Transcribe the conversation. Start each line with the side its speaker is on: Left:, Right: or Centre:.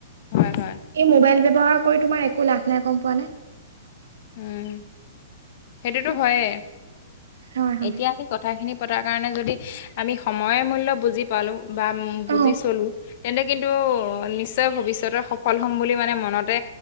Left: হয় হয়।
Right: এই মোবাইল ব্যৱহাৰ কৰি তোমাৰ একো লাভ নাই গম পোৱা নে?
Left: উম, সেইটোতো হয়ে
Right: হয় হয়
Left: এতিয়া আ মি কথাখিনি পতাৰ কাৰণে যদি আমি সময় মূল্য বুজি পালো বা
Right: অ
Left: বুজি চলো তেন্তে কিন্তু নিশ্চয় ভৱিষ্যতেৰ সফল হম বুলি মানে মনতে